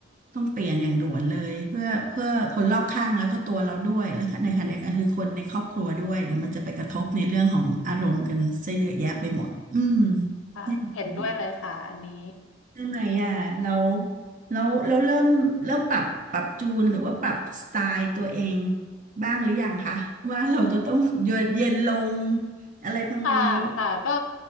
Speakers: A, on the right; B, on the left.
A: ต้องเปลี่ยนอย่างด่วนเลยเพื่อเพื่อคนรอบข้างแล้วก็ตัวเราด้วยแล้วก็ในขณะเดียวกันคือคนในครอบครัวด้วยเดี๋ยวมันจะไปกระทบในเรื่องของอารมณ์กันซะเยอะแยะไปหมดอืม
B: ค่ะเห็นด้วยเลยค่ะอันนี้
A: เนี่ยคือเรื่องไหนอ่ะเราเราเราเริ่มเริ่มปรับปรับจูนหรือว่าปรับสไตล์ตัวเองบ้างหรือยังคะว่าเราจะต้องเยือกเย็นลงอะไรประมาณนี้
B: ค่ะค่ะก็